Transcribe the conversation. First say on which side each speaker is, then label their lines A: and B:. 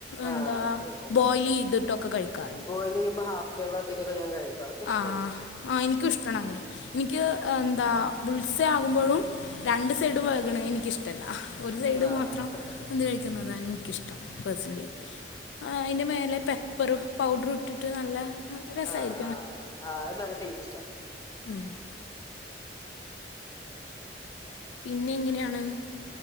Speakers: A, on the left; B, on the left.
A: എന്താ
B: ആഹ് അത
A: ബോയ്ൽ ചെയ്തിട്ടൊക്കെ കഴിക്കാറുണ്ട്
B: ബോയിൽ ഹാഫ് വേവാക്കിയിട്ട് ഒക്കെ ഞാൻ കഴിക്കും അതൊക്കെ ഇഷ്ടായിരുന്നു
A: ആഹ് ആഹ് എനിക്കും ഇഷ്ടണ് അങ്ങനെ എനിക്ക് എന്താ ബുത്സെ ആകുമ്പോഴും രണ്ട് സൈഡ് വേക്ണെ എനിക്കിഷ്ടം ട്ടല്ല ഒരു സൈഡ്
B: ആഹ്
A: മാത്രം വന്ത് കഴിക്കുന്നതാണ് എനിക്കിഷ്ടം പേഴ്സണലി
B: ഉം
A: ആഹ് അതിൻ്റെ മേലെ പെപ്പറു പൗഡറും ഇട്ടിട്ട് നല്ല രസമായിരി
B: ആഹ് ആഹ് ആഹ് അത് നല്ല ടേസ്റ്റാ.
A: ഉം പിന്നെ എങ്ങനെയാണ്